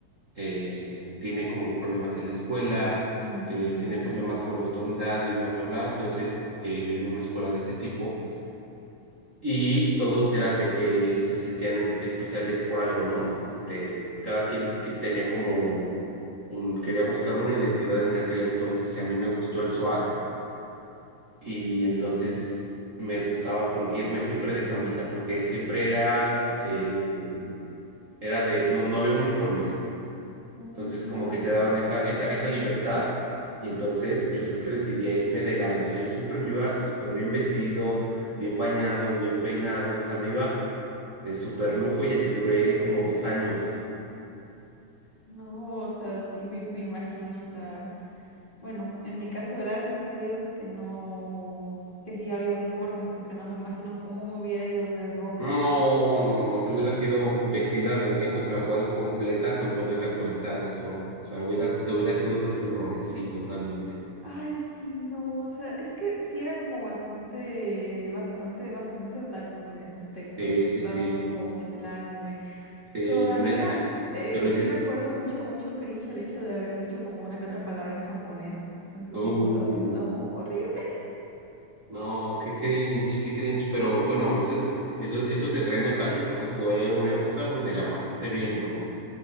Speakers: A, on the right; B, on the left.
A: eh, tiene como problemas en la escuela,
B: Ujú.
A: eh, tiene problemas con la autoridad y bla, bla, bla. Entonces, eh, yo iba a una escuela de ese tipo y todos eran de que se sentían especiales por algo, ¿no? Este, cada quien que tenía como un, quería buscar una identidad en aquel entonces y a mí me gustó el swag y entonces me gustaba pon- irme siempre de camisa porque siempre era, eh, era de, no, no había uniformes,
B: Mm,
A: entonces
B: ok.
A: como que te daban esa, esa, esa libertad y entonces yo siempre decidía irme de gala, o sea, yo siempre me iba súper bien vestido, bien bañado, bien peinado, o sea, me iba de súper lujo y así duré como dos años.
B: No, o sea, sí me, me imagino, o sea, bueno, en mi caso, gracias a Dios que no, que sí había uniformes, porque no me imagino cómo me hubiera ido de ropa.
A: No, no, no, te hubieras sido vestida de Neko Kawaii completa con todo y la colita de zorro. O sea, hubieras, te hubieras sido de furro, eh, sí, totalmente.
B: Ay, sí, no, o sea, es que sí era como bastante, bastante, bastante otaku en ese aspecto.
A: Sí,
B: Me gustaba
A: sí, sí,
B: mucho, mucho el anime.
A: sí,
B: Todavía
A: yo, ne- y-
B: eh,
A: pero
B: sí
A: yo,
B: me acuerdo mucho, mucho cringe el hecho de haber dicho como una que otra palabra en japonés en su
A: uh,
B: tiempo también. No, horrible.
A: no, qué cringe, qué cringe, pero bueno, eso es, eso, eso te trae nostalgia porque fue una época donde la pasaste bien, ¿no?